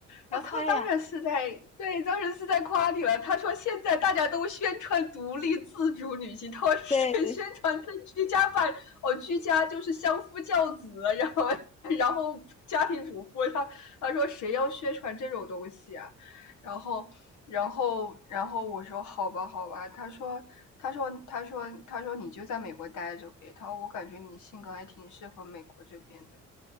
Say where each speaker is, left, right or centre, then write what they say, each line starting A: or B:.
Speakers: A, on the left; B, on the left.
A: 然后他当然是在对，
B: 在夸呀。
A: 当然是在夸你了。他说现在大家都宣传独立自主女性，他是宣传对居家办哦，
B: 对，
A: 居家就是相夫教子啊，然后然后家庭主妇啊。他他说谁要宣传这种东西啊？然后然后然后我说好吧好吧。他说他说他说他说你就在美国待着呗。他说我感觉你性格还挺适合美国这边的。